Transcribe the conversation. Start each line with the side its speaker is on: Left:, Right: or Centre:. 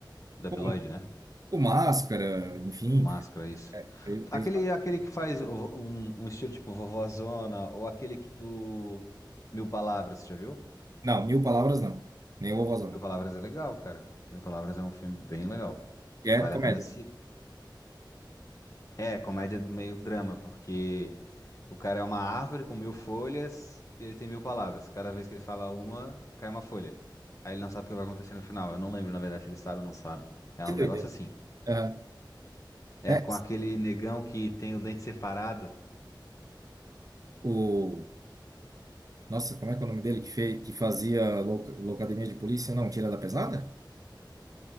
Left: Debiloid,
Right: Bom,
Left: né?
Right: o Máscara, enfim,
Left: O Máscara, isso.
Right: fez, fez
Left: Aquele,
Right: várias.
Left: aquele que faz o vo- um, um estilo tipo vovózona, ou aquele que do. Mil Palavras, você já viu?
Right: Não, mil palavras não. Nem o Vovozão.
Left: Mil Palavras é legal, cara. Mil Palavras é um filme bem legal.
Right: E é
Left: Vale
Right: comédia.
Left: a pena assistir. É, comédia do meio drama, porque. O cara é uma árvore com mil folhas e ele tem mil palavras. Cada vez que ele fala uma, cai uma folha. Aí ele não sabe o que vai acontecer no final. Eu não lembro, na verdade, se ele sabe ou não sabe. É
Right: Que
Left: um
Right: doideira.
Left: negócio assim.
Right: Aham.
Left: É
Right: É,
Left: com aquele negão que tem o dente separado.
Right: o... Nossa, como é que é o nome dele que, fez, que fazia loca- Locademia de Polícia? Não, Tira da Pesada?